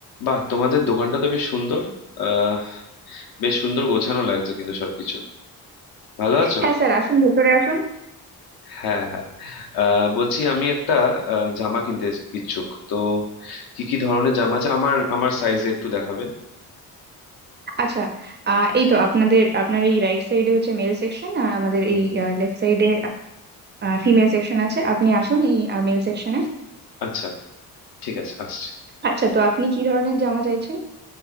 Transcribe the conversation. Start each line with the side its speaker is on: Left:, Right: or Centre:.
Left: বাহ তোমাদের দোকানটা তো বেশ সুন্দর আহ বেশ সুন্দর গোছানো লাগছে কিন্তু সবকিছু ভালো আছো
Right: হ্যাঁ স্যার আসুন ভেতরে আসুন
Left: হ্যাঁ হ্যাঁ আহ বলছি আমি একটা আহ, জামা কিনতে ইচ্ছুক তো কি কি ধরনের জামা আছে আমার আমার সাইজে একটু দেখাবেন
Right: আচ্ছা আহ, এই তো আপনাদের আপনার এই রাইট সাইডে হচ্ছে মেল সেকশন আর আমাদের
Left: হুম
Right: এই লেফট সাইডে ফিমেল সেকশন আছে আপনি আসুন এই মেল সেকশনে
Left: আচ্ছা ঠিক আছে আসছি
Right: আচ্ছা তো আপনি কি ধরনের জামা চাইছেন